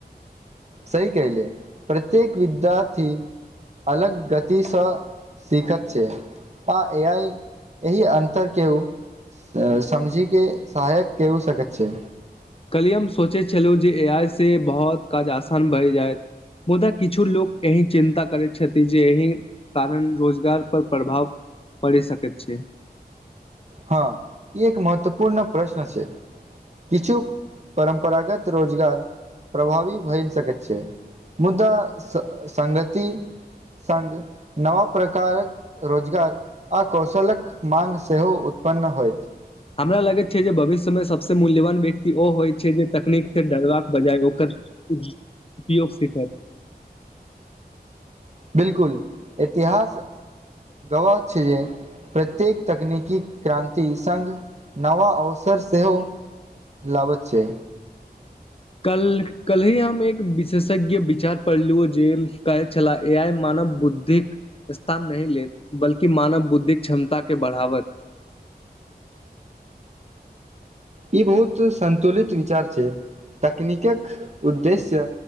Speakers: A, on the right; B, on the left.
A: सहि कहि ले प्रत्येक विद्यार्थी अलग गतिसँ सीखैत छै। आ ए आइ एहि अन्तर केओ समझी के सहायक केओ सकैत छै।
B: कल्हिए हम सोचै छलहुँ जे ए आइ से बहुत काज आसान बहि जाय मुदा किछु लोक एहि चिन्ता करैत छथि जे एहि कारण रोजगार पर प्रभाव पड़ि सकैत छै।
A: हँ ई एक महत्वपूर्ण प्रश्न छै। किछु परम्परागत रोजगार प्रभावी भऽ सकैत छै। मुदा संगति सङ्ग नव प्रकारक रोजगार आ कौशलक मांग सेहो उत्पन्न होयत।
B: हमरा लगैत छै जे भविष्यमे सबसँ मूल्यवान व्यक्ति ओ होइत छै जे तकनीक से डरबाक बजाय ओकर उपयोग सिखत।
A: बिलकुल इतिहास गवाह छै जे प्रत्येक तकनीकी क्रान्ति सङ्ग नवा अवसर सेहो लाबच छै।
B: कल कल ही हम एक विशेषज्ञ विचार पढ़लु जे कहे छला ए आइ मानव बुद्धिक स्थान नहि लेत बल्कि मानव बुद्धिक क्षमता के बढ़ावत।
A: ई बहुत संतुलित विचार छै। तकनीकके उद्देश्य